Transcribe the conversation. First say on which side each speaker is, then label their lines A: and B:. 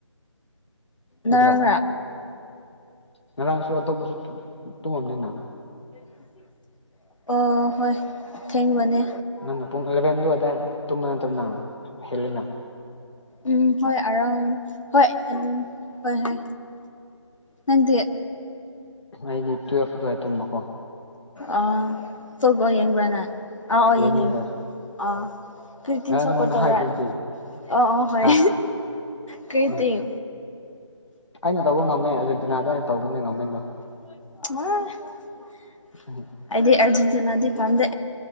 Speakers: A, on the left (about 60°); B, on the left (about 80°).
A: ꯅꯠꯇ꯭ꯔꯥ
B: ꯅꯪꯔ
A: ꯉꯔꯥꯡꯁꯨ ꯑꯇꯣꯞꯄꯁꯨ ꯇꯨ ꯇꯨꯝꯃꯝꯅꯤꯅ
B: <inaudible> ꯑꯣ ꯍꯣꯏ ꯊꯦꯡꯕꯅꯦ
A: ꯅꯪꯅ ꯄꯨꯡ ꯑꯦꯂꯕꯦꯟ ꯑꯗꯨꯋꯥꯢ ꯗꯥꯏ ꯇꯨꯝꯕ ꯅꯠꯇ꯭ꯔ ꯅꯪ ꯍꯦꯂꯤꯅ
B: ꯎꯝ ꯍꯣꯏ ꯑꯔꯥꯎꯟ ꯍꯣꯏꯠ ꯑꯗꯨꯝ ꯍꯣꯏ ꯍꯣꯏ ꯅꯪꯗꯤ
A: ꯑꯩꯗꯤ ꯇꯨꯌꯦꯜꯐ ꯑꯗꯨꯋꯥꯏ ꯇꯨꯝꯕꯀꯣ
B: ꯑꯥ ꯐꯨꯠꯕꯣꯜ ꯌꯦꯡꯕ꯭ꯔꯥ ꯅꯪ ꯑꯧ ꯑꯧ
A: ꯌꯦꯡꯅꯤ
B: ꯌꯦꯡꯉꯤ ꯌꯦꯡꯉꯤ
A: ꯍꯣꯏ
B: ꯑꯣ ꯀ꯭ꯔꯤꯇꯤꯝ
A: ꯉꯔꯥꯡ
B: ꯁ꯭ꯄꯣꯔꯠ
A: ꯅꯪꯉꯣꯟꯗ
B: ꯇꯧꯔꯦ
A: ꯍꯥꯏꯗꯨꯗꯤ
B: ꯑꯣ ꯑꯣ ꯍꯣꯏ
A: ꯍꯥ
B: ꯀ꯭ꯔꯤ
A: ꯎꯝ
B: ꯇꯤꯝ
A: ꯑꯩꯅ ꯇꯧꯕ ꯉꯝꯃꯦ ꯑꯔꯖꯦꯟꯇꯤꯅꯥꯗꯣ ꯑꯩꯅ ꯇꯧꯕꯅꯦ ꯉꯝꯃꯦꯗꯣ
B: <unintelligible>
A: ꯑꯍꯝ
B: ꯑꯩꯗꯤ ꯑꯥꯔꯖꯦꯟꯇꯤꯅꯥꯗꯤ ꯄꯥꯝꯗꯦ